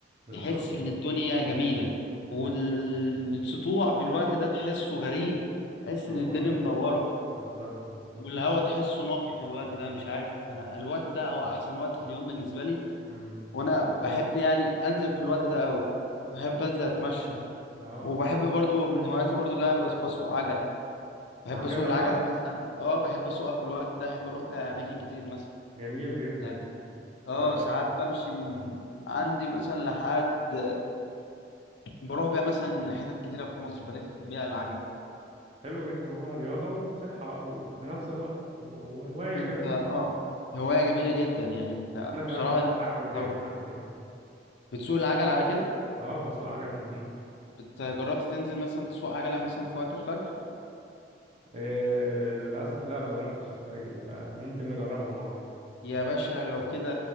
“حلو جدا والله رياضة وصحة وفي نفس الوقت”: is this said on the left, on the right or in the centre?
Right